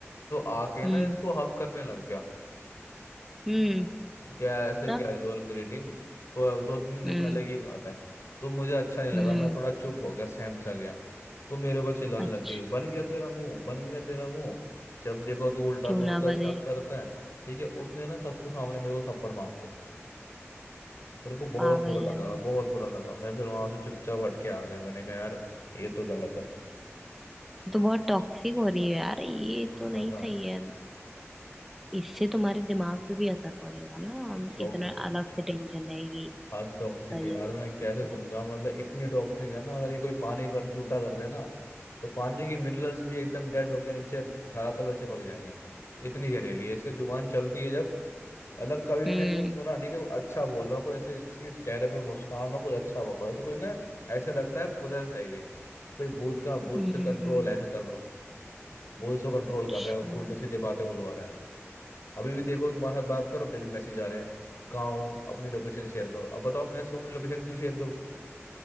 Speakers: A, on the left (about 65°); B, in the centre.
A: तो आके
B: हम्म
A: ना इसको हक करने लग गया
B: हम्म
A: क्या ऐसे
B: तब
A: कैजुअल ग्रीटिंग तो दो तीन दिन
B: हम्म
A: पहले की बात है तो मुझे अच्छा नहीं लगा
B: हम्म
A: मैं थोड़ा चुप हो गया सहम सा गया तो मेरे ऊपर चिल्लाने
B: अच्छा
A: लग गई बन गया तेरा मुंह बन गया तेरा मुंह जब देखो तू उल्टा
B: क्यों
A: सोचता
B: ना
A: है
B: बने
A: शक करता है ठीक है उसने ना सबके सामने मेरे को थप्पड़ मार दिया मेरे को बहुत
B: पागल
A: बुरा लगा
B: है वो
A: बहुत बुरा लगा मैं फिर वहां से चुपचाप हट के आ गया मैंने कहा यार ये तो गलत है
B: तो बहुत टॉक्सिक हो रही है यार ये
A: बहुत
B: तो
A: ज्यादा
B: नहीं सही है इससे तुम्हारे दिमाग पे भी असर पड़ेगा ना
A: टॉक्सिक
B: इतना अलग से टेंशन रहेगी
A: हद टॉक्सिक
B: उसका
A: है यार
B: ईयर भी
A: मैं
B: नहीं
A: कैसे
B: चला
A: समझाऊं
B: गया
A: मतलब इतनी टॉक्सिक है ना अगर ये कोई पानी पर झूठा कर दे ना तो पानी के मिनरल्स भी एकदम डेड होके नीचे धरातल में चिपक जाएंगे इतनी जहरीली है इसका जुबान चलती है जब अलग कभी मैंने
B: हम्म
A: ऐसा सुना नहीं कि वो अच्छा बोला हो कोई ऐसे इसके चेहरे पे मुस्कान हो कोई अच्छा बका हो ऐसा कोई ना ऐसे लगता है पोजेस्ड है ये कोई भूत का भूत
B: हम्म,
A: से कंट्रोल ऐसा चल रहा है वो उसको कंट्रोल कर
B: अच्छा
A: रहा है तो उल्टे सीधे बातें बुलवा रहा है अभी भी देखो तुम्हारे साथ बात करो फिर भी मैसेज आ रहे हैं कहाँ हो अपनी लोकेशन शेयर करो अब बताओ मैं इसको अपनी लोकेशन क्यों शेयर करूँ